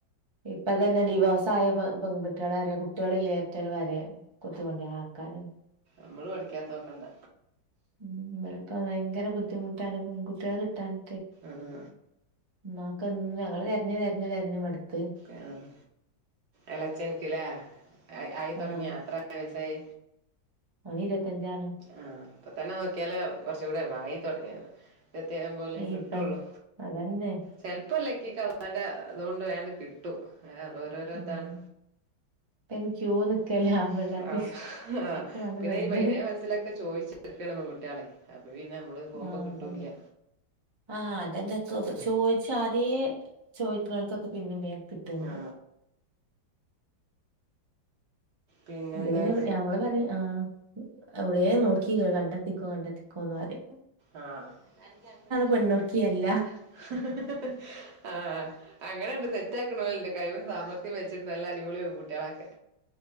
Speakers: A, on the right; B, on the right.
A: ഇപ്പ തന്നെ ഡിവോസായ പെ പെൺകുട്ട്യേളെ വരേ കു കുട്ട്യേളില്ലേറ്റള് വരേ കൊത്തി കൊണ്ടാവാൻ ആൾക്കാരുണ്ട്.
B: നമ്മള് പഠിക്കാത്ത നോക്കണ്ട.
A: ഉം ഇബലൊക്കെ ഭയങ്കര ബുദ്ധിമുട്ടാണ് പെൺകുട്ട്യേളെ കിട്ടാന്.
B: ആഹ്.
A: ഉമ്മാക്കെന്നും ഞങ്ങള് തെരഞ്ഞ് തെരഞ്ഞ് തെരഞ്ഞ് മടുത്ത്.
B: ആഹ് എളേച്ചെൻക്ക്ലേ ആയ് ആയി തൊടങ്ങിയാ
A: ആഹ്
B: എത്ര വയസ്സായി?
A: അവന് ഇരുവത്തഞ്ചാണ്.
B: ആഹ് ഇപ്പം തന്നെ നോക്കിയാലേ കൊറച്ച്കൂടെ വായി തൊടങ്ങിയാ. പ്രേത്യേകം പോലേം കിട്ടൊള്ളൂ
A: ഇപ്പൻ അതന്നെ
B: ചെലപ്പൊ ഒര് ലക്കിക്ക് അള്ളാന്റെ ഇതോണ്ട് വേണ്ട് കി ട്ടു ഏഹ് ഓരോരോ
A: ഉം
B: ഇതാണ്.
A: ഇപ്പയ്ന്
B: ഇപ്പയിന് ക്യൂ
A: നിക്കല്ല
B: നിക്കല്ലേ
A: ആമ്പിള്ളാര്
B: ആഹ് ഹാ
A: എല്ലാർക്കും വേണ്ടേ
B: പിന്നെ
A: പെണ്ണ്
B: ഈ പയിനേഴ് വയസ്സില് ക്കെ ചോയിച്ചിട്ക്കാണ്. പെൺകുട്ട്യേളെ അപ്പൊ പിന്നെ നമ്മള് പോകുമ്പോ
A: ആഹ്
B: കിട്ടൂല്ല
A: അതന്നെ ആഹ് അതന്നെ ചോയിച്ച ല്ചോയിക്ക്നോൽക്കൊക്കെ പിന്നിം വേം കിട്ട്ണ്ട്.
B: ആ പിന്നെന്താ
A: ഇത് പിന്നെ ഞങ്ങള് പറിം ആഹ് എവ്ടേ നോക്കി കണ്ടെത്തിക്കോ കണ്ടെത്തിക്കോന്നറിം.
B: ആഹ് ഓനാണെങ്കി അങ്ങനെണ്
A: പെണ്ണൊടുക്കിയല്ല
B: പെണ്ണോക്കിയല്ല. ഹ് ഹ് ഹ് ആഹ് അങ്ങനെണ്ട് സെറ്റാക്ക്ണോല്ണ്ട്. കഴിവും സാമർത്യും വെച്ചിട്ട് നല്ല അടിപൊളി പെൺകുട്ട്യേളെക്കെ